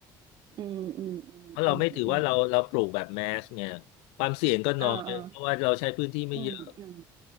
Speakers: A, on the right (about 50°); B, on the left (about 85°).
A: อืมอืมอืมอืมอืม
B: เพราะเราไม่ถือว่าเราเราปลูกแบบแมสเนี่ยความเสี่ยงก็น้อยเพราะว่าเราใช้พื้นที่ไม่เยอะ
A: อ่าอ่าอืมอืม